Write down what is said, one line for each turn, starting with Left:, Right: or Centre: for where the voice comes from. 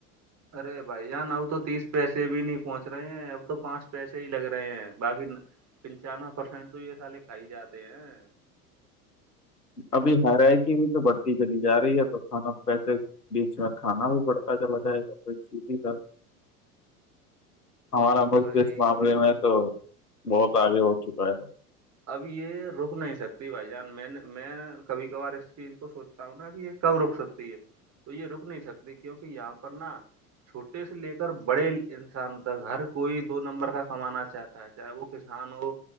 Right: ارے بھائی جان اب تو تیس پیسے بھی نہیں پہنچ رہے ہیں اب تو پانچ پیسے ہی لگ رہے ہیں باقی پنچانوے پرسینٹ تو یہ سالے کھائی جاتے ہیں
Left: ابھی ہیرائی کی بھی تو بڑھتی چلی جا رہی ہے تو کھانا پسے بیچ میں کھانا بھی بڑھتا چلا جائے گا س بھی ہمارا
Right: وہ
Left: پقت
Right: تو ہے
Left: اس
Right: ہی
Left: معاملے میں تو بہت آگے ہو چکا ہے
Right: اب یہ رک نہیں سکتی بھائی جان میں نے میں کبھی کبھار اس چیز کو سوچ بتاوں نا کہ یہ کب رک سکتی ہے تو یہ رک نہیں سکتی کیونکہ یہاں پر نا چھوٹے سے لے کر بڑے انسان تک ہر کوئی دو نمبر کا کمانا چاہتا چاہ ا وہو کسان ہو